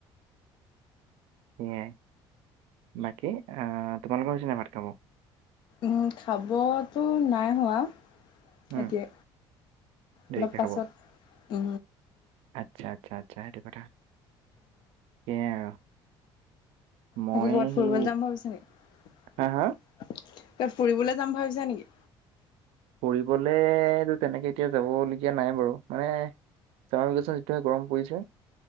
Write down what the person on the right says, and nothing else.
সেইয়াই। বাকী আহ তোমালোকৰ হৈছে নাই ভাত খাব?
উম,
দেৰিকে
খাব।
আচ্ছা আচ্ছা আচ্ছা সেইটো কথা। সেয়াই আৰু মই
সেই
হা হা
ফুৰিবলেতো তেনেকে এতিয়া যাবলগীয়া নাই বাৰু মানে- চছ সটোে গৰম পৰিছে।